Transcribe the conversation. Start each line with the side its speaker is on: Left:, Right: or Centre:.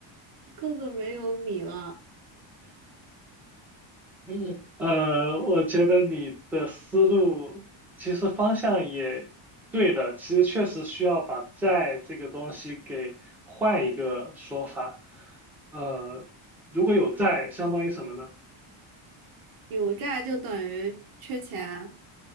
Right: 哥哥没有米了，
Centre: 嗯呃，我觉得你的思路其实方向也对的，其实确实需要把债这个东西给换一个说法。呃，如果有债，相当于什么呢？
Right: 有债就等于缺钱，